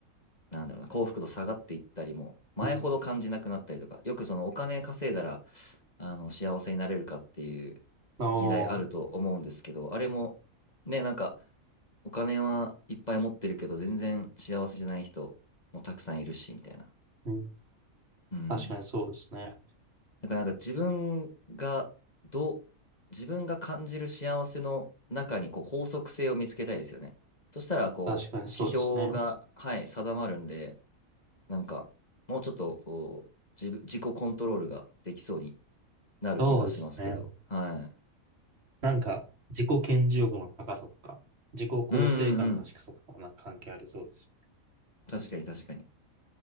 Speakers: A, on the left (about 30°); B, on the right (about 50°).
A: なんだろうな、幸福度下がっていったりも、前ほど感じなくなったりとか、
B: うん、
A: よくそのお金稼いだら、あの、幸せになれるかっていう
B: ああ、
A: 議題あると思うんですけど、あれも、ね、なんか、お金はいっぱい持ってるけど、全然幸せじゃない人もたくさんいるし、みたいな。
B: うん、
A: うん。
B: 確かにそうですね。
A: だからなんか自分が、どう、自分が感じる幸せの中にこう法則性を見つけたいですよね。そしたら、こう、
B: 確かにそうですね。
A: 指標が、はい、定まるんで、なんか、もうちょっと、こう、自分、自己コントロールができそうになる気がしますけど、
B: そうですね。
A: はい。
B: なんか自己顕示欲の高さとか、自己肯定感の低さとかもなんか関係ありそうです。
A: うんうんうん。確かに確かに。